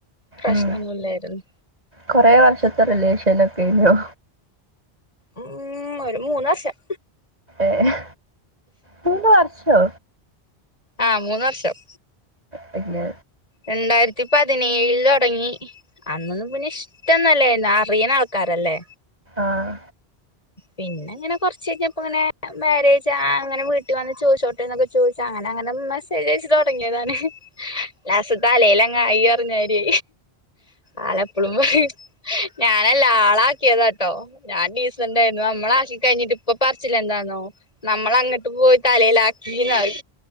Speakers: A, on the left; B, on the right.
A: പ്രശ്നം
B: ഉം
A: ഒന്നുല്ലായിരുന്നു
B: കൊറേ വർഷത്തെ റിലേഷൻ ഒക്കെയിനിയോ?
A: ഉം ഒര് മൂന്ന് വർഷം
B: ഏഹ് മൂന്ന് വർഷോ?
A: ആഹ് മൂന്ന് വർഷം
B: പിന്നെ
A: രണ്ടായിരത്തി പതിനേഴില് തൊടങ്ങി അന്നൊന്നും പിന്നെ ഇഷ്ട്ടൊന്നും അല്ലായിരുന്നു അറിയണ ആൾക്കാരല്ലേ
B: ആഹ്.
A: പിന്നെ ങ്ങനെ കൊർച്ച് കഴിഞ്ഞപ്പ ങ്ങനെ മാരേജാ അങ്ങനെ വീട്ടി വന്ന് ചോയ്ച്ചോട്ടെന്നൊക്കെ ചോയ്ച്ചങ്ങനെ അങ്ങനെ മെസേജയച്ച് തൊ ടങ്ങിയതാണ് ലാസ്റ്റ് തലേലങ്ങായി അർഞ്ഞാതിരി ആളെപ്പളും പറയും ഞാനല്ല ആളാക്കിയതാ ട്ടോ ഞാൻ ഡീസ് സണ്ടായിരുന്നു. നമ്മളാഷി കഴിഞ്ഞിട്ട് ഇപ്പൊ പറച്ചിലെ ന്താന്നോ നമ്മളങ്ങട്ട് പോയി തലേലാക്കീന്നായി.